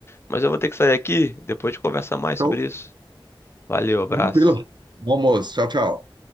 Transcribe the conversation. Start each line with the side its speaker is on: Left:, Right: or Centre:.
Left: Mas eu vou ter que sair aqui, depois de conversar mais
Right: Show.
Left: sobre isso. Valeu, abraço.
Right: Tranquilo. Bom almoço. Tchau, tchau.